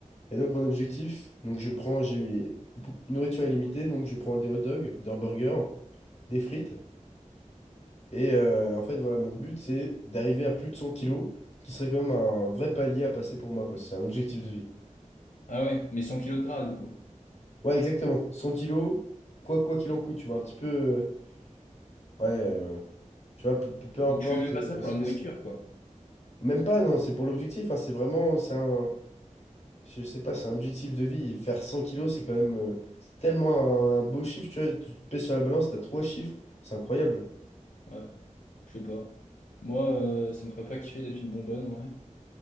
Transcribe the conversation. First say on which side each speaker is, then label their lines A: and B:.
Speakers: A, on the left (about 55°); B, on the left (about 80°).
A: Et donc, mon objectif, donc je prends, j'ai bou- nourriture illimitée, donc je prends des hot dogs, des hamburgers, des frites. Et euh, en fait, voilà, mon but, c'est d'arriver à plus de 100 kilos, qui serait quand même un vrai palier à passer pour moi, quoi. C'est un objectif de vie.
B: Ah ouais, mais 100 kilos de gras, du coup.
A: Ouais, exactement. cent kilos, quoi quoi qu'il en coûte, tu vois, un petit peu. euh, ouais, euh, tu vois, peu, peu- peu
B: Donc
A: importe
B: tu fais même pas
A: euh,
B: ça pour
A: ce
B: la
A: que
B: nourriture,
A: c'est.
B: quoi.
A: Même pas, non, c'est pour l'objectif, hein, c'est vraiment, c'est un, Je sais pas, c'est un objectif de vie. Faire 100 kilos, c'est quand même euh, c'est tellement un, un beau chiffre, tu vois. Tu te pèses sur la balance, t'as trois chiffres, c'est incroyable.
B: Ouais, je sais pas. Moi, euh, ça me ferait pas kiffer d'être une bonbonne, en vrai.